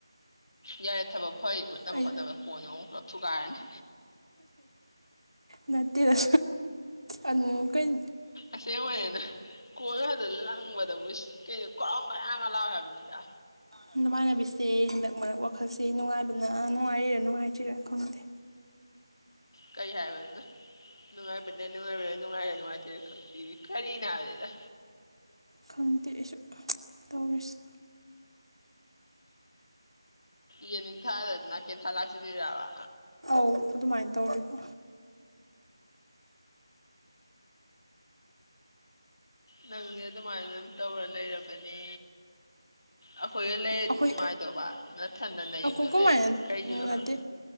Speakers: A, on the left (about 55°); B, on the right (about 85°).
A: ꯌꯥꯔꯦ ꯊꯕꯛ ꯐꯩ ꯍꯣꯠꯅꯕ
B: ꯑꯩ
A: ꯀꯣꯟ ꯑꯃꯨꯛ ꯄꯨꯂꯞ ꯊꯨꯒꯥꯏꯔꯅꯤ
B: ꯅꯠꯇꯦꯗ ꯑꯗꯨꯝ ꯀꯩ
A: ꯑꯁꯦꯡꯕꯅꯤꯅ ꯀꯣꯏꯕꯗ ꯂꯪꯕꯗꯕꯨ ꯀ ꯀꯔꯥꯎ ꯀꯌꯥꯒ ꯂꯥꯎ ꯍꯥꯏꯕꯅꯤꯗ
B: ꯅꯨꯡꯃꯥꯟꯅꯕꯤꯁꯦ ꯍꯟꯗꯛ ꯃꯔꯛ ꯋꯥꯈꯜꯁꯦ ꯅꯨꯡꯉꯥꯏꯕꯅ ꯅꯨꯡꯉꯥꯏꯔꯤꯔꯥ ꯅꯨꯡꯉꯥꯏꯇ꯭ꯔꯥ ꯈꯪꯅꯗꯦ
A: ꯀꯩ ꯍꯥꯏꯋ ꯑꯗꯨ ꯅꯨꯡꯉꯥꯏꯕꯅ ꯅꯨꯡꯉꯥꯏꯕꯗ ꯅꯨꯡꯉꯥꯏꯔ ꯅꯨꯡꯉꯥꯏꯇꯔ ꯈꯪꯕꯤꯔꯤ ꯀꯔꯤꯅꯣ ꯍꯥꯏꯗꯗ
B: ꯈꯗꯤ ꯑꯩꯁꯨ ꯇꯧꯔꯤꯁꯤ
A: ꯏ ꯅꯤꯡ ꯊꯥꯗꯗꯅ ꯀꯦꯟꯊꯥ ꯂꯥꯛꯁꯤꯗꯔꯕ
B: ꯑꯣꯧ ꯑꯗꯨꯃꯥꯏꯅ ꯇꯧꯔꯤꯕꯣ
A: ꯅꯪꯗꯤ ꯑꯗꯨꯃꯥꯏꯅ ꯑꯗꯨꯝ ꯇꯧꯔ ꯂꯩꯔꯕꯅꯤ ꯑꯩꯈꯣꯏꯗ ꯂꯩꯔꯗꯤ
B: ꯑꯩꯈꯣꯏ
A: ꯅꯨꯡꯉꯥꯏꯗꯕ ꯅꯊꯟꯗ ꯅ
B: ꯑꯩꯈꯣꯏ
A: ꯌꯨꯝꯗꯣ
B: ꯀꯃꯥꯏꯅ
A: ꯂꯩꯔꯗꯤ ꯀꯩꯒꯤꯅꯣ
B: ꯅꯠꯇꯦ
A: ꯍꯥꯏꯕ